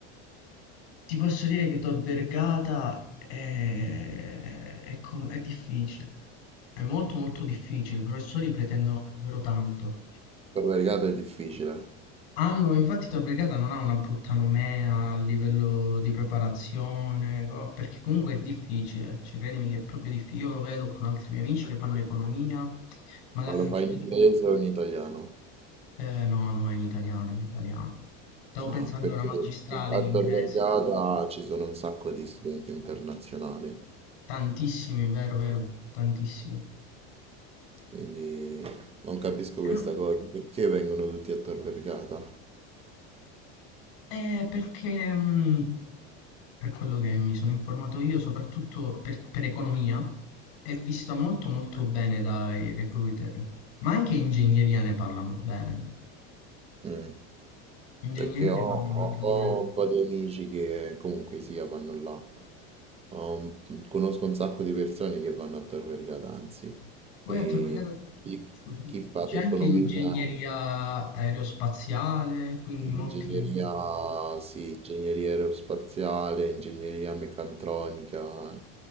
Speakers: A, on the left; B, on the right.
A: ti posso dire che Tor Vergata è, è com- è difficile, è molto molto difficile, i professori pretendono davvero tanto.
B: Per la regata è difficile,
A: Hanno, infatti Tor Vergata non ha una brutta nomea a livello di preparazione, co- perché comunque è difficile, cioè credimi che è proprio difficile, io lo vedo con altri miei amici che fanno economia, magari...
B: ma lo
A: in
B: fai
A: giro
B: in inglese
A: di-
B: o in italiano?
A: Eh, no, no, è in italiano, in italiano. Stavo
B: Ah,
A: pensando
B: perché
A: a una magistrale
B: a
A: in inglese,
B: Tor Vergata ci sono un sacco di studenti internazionali,
A: tantissimi, vero, vero, tantissimi.
B: quindi non capisco
A: Eh,
B: questa
A: no.
B: cosa, perché vengono tutti a Tor Vergata?
A: Eh, perché mh, per quello che mi sono informato io, soprattutto per, per economia, è vista molto molto bene dai recruiter, ma anche ingegneria ne parlano bene.
B: Mm,
A: Ingegneria
B: Perché ho,
A: ne
B: ho-
A: parlano anche
B: ho
A: bene.
B: un po' di amici che comunque sia vanno là. Ho un- conosco un sacco di persone che vanno a Tor Vergata, anzi,
A: Poi
B: e
A: a Tor Vergata-
B: chi,
A: scusami,
B: chi fa
A: c'è
B: economia,
A: anche ingegneria aerospaziale, quindi
B: Ingegneria,
A: molti...
B: sì, ingegneria aerospaziale, ingegneria meccatronica